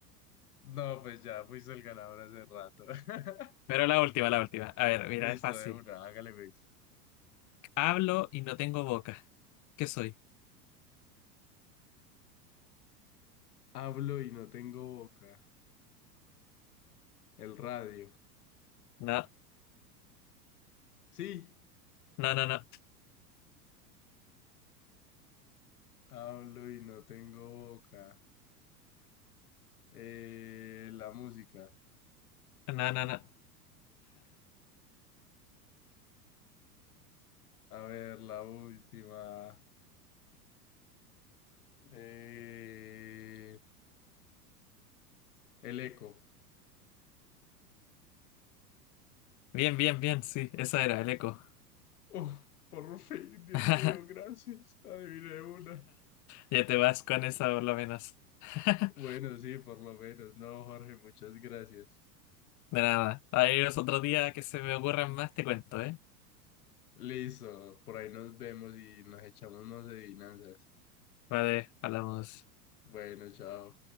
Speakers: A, on the left; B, on the left.
A: no, pues ya fuiste el ganador hace rato. <laughs>
B: Pero la última, la última. A ver, mira,
A: Listo,
B: es fácil.
A: de una, hágale pues.
B: Hablo y no tengo boca. ¿Qué soy?
A: Hablo y no tengo boca. El radio.
B: No,
A: Sí,
B: no, no, no.
A: hablo y no tengo boca. Eh, la música.
B: No, no, no.
A: A ver, la última. Eh, el eco.
B: Bien, bien, bien. Sí, esa era el eco.
A: Uf, por fin, Dios
B: <laughs>
A: mío, gracias. Adiviné una.
B: Ya te vas con esa por lo menos. <laughs>
A: Bueno, sí, por lo menos. No, Jorge, muchas gracias.
B: De nada. Ahí es otro día que se me ocurran más, te cuento, ¿eh?
A: Listo, por ahí nos vemos y nos echamos más adivinanzas.
B: Vale, hablamos.
A: Bueno, chao.